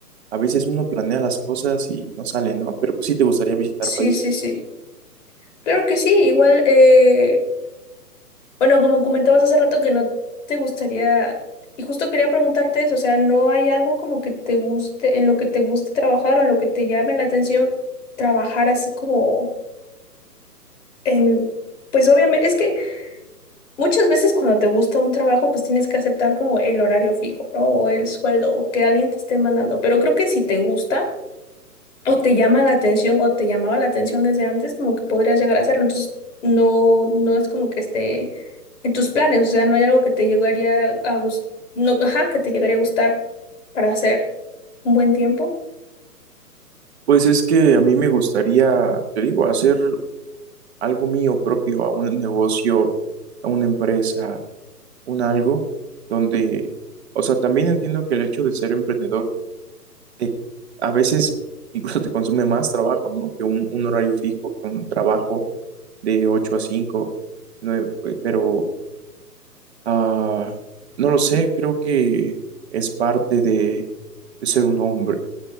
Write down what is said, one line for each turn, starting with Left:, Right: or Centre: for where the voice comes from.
Right: A veces uno planea las cosas y no sale, ¿no? Pero pues sí te gustaría visitar
Left: sí,
Right: países.
Left: sí, sí. Claro que sí, igual, eh, bueno, como comentabas hace rato que no te gustaría, y justo quería preguntarte eso, o sea, ¿no hay algo como que te guste, en lo que te guste trabajar o en lo que te llame la atención trabajar así como En, pues obviamente, es que muchas veces cuando te gusta un trabajo, pues tienes que aceptar como el horario fijo, ¿no? O el sueldo, o que alguien te esté mandando. Pero creo que si te gusta, o te llama la atención, o te llamaba la atención desde antes, como que podrías llegar a hacerlo. Entonces, no, no es como que esté en tus planes, o sea, no hay algo que te llegaría a gustar, no, ajá, que te llegaría a gustar para hacer un buen tiempo.
Right: Pues es que a mí me gustaría, te digo, hacer algo mío propio, a un negocio, a una empresa, un algo donde, o sea, también entiendo que el hecho de ser emprendedor te, a veces <laughs> incluso te consume más trabajo, ¿no? Que un, un horario fijo, que un trabajo de 8 a 5 nueve, pero ah, no lo sé, creo que es parte de de ser un hombre.